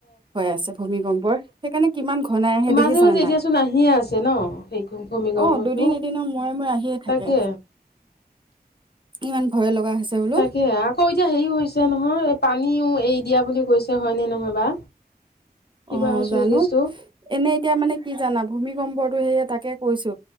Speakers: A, on the right; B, on the left.
A: হৈ আছে ভূমিকম্পৰ সেইকাৰণে কিমান ঘনাই আহে
B: মাজে
A: দেখিছানে
B: মাজে এতিয়াচোন
A: নাই।
B: আহিয়ে আছে ন সেই ভূমিকম্পটো
A: অ, দুদিন এদিনৰ মূৰে-মূৰে আহিয়ে থাকে।
B: তাকে
A: ইমান ভয় লগা হৈছে বোলো
B: তাকে আকৌ এতিয়া হেৰি হৈছে নহয়, পানীও এই দিয়া বুলি কৈছে হয়নে নহয় বা। কিবা
A: অ,
B: চুইচ
A: জানো
B: গেছটো
A: এনে এতিয়া মানে কি জানা ভূমিকম্পটো সেই তাকে কৈছো